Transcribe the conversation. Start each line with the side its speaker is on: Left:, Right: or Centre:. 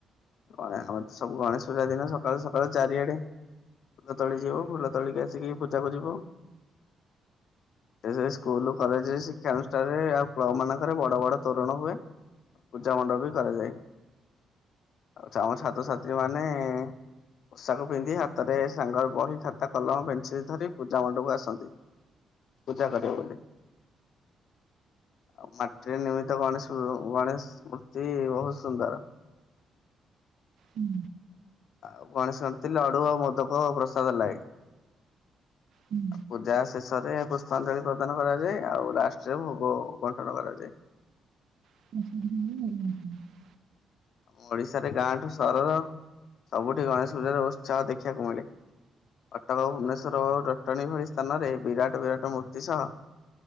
Left: ଆମର ତ ସବୁ ଗଣେଶ ପୂଜା ଦିନ ସକାଳୁ ସକାଳୁ ଚାରିଆଡେ ଫୁଲ ତୋଳି ଯିବୁ ଫୁଲ ତୋଳିକ ଆସିକି ପୂଜାକୁ ଯିବୁ। ସେଇ ସେ ସ୍କୁଲ କଲେଜେ ଶିକ୍ଷାନୁଷ୍ଠାନରେ ଆଉ କ୍ଲବ୍ ମାନଙ୍କରେ ବଡ ବଡ ତୋରଣ ହୁଏ। ପୂଜା ମଣ୍ଡପ ବି କରାଯାଏ ଆଉ ଆମ ଛାତ୍ରଛାତ୍ରୀ ମାନେ ପୋଷାକ ପିନ୍ଧି ହାତରେ ସାଙ୍ଗ ବହି, ଖାତା, କଲମ, ପେନସିଲ୍ ଧରି ପୂଜା ମଣ୍ଡପକୁ ଆସନ୍ତି। ପୂଜା କରିବ ବୋଲି ଆଉ ମାଟିରେ ନିର୍ମିତ ଗଣେଶ୍ ଗଣେଶ ମୂର୍ତ୍ତି ବହୁତ୍ ସୁନ୍ଦର୍।
Right: ହୁଁ
Left: ଆଉ ଗଣେଶ <unintelligible> ଥିଲେ ଲଡୁ ଆଉ‌ ମୋଦକ ଆଉ ପ୍ରସାଦ ଲାଗେ।
Right: ହୁଁ,
Left: ପୂଜା ଶେଷରେ ପୁଷ୍ପାଞ୍ଜଳି ପ୍ରଦାନ କରାଯାଏ ଆଉ ଲାଷ୍ଟ୍ ରେ ଭୋଗ ବଣ୍ଟନ କରାଯାଏ।
Right: <unintelligible>
Left: ଆମ ଓଡିଶାରେ ଗାଁଠୁ ସହର ସବୁଠି ଗଣେଶ ପୂଜାର ଉତ୍ସା ଦେଖିବାକୁ ମିଳେ କଟକ ଭୁବନେଶ୍ୱର ହଉ ଅଟଣୀ ଭଳି ସ୍ଥାନରେ ବିରାଟ ବିରାଟ ମୂର୍ତ୍ତି ସହ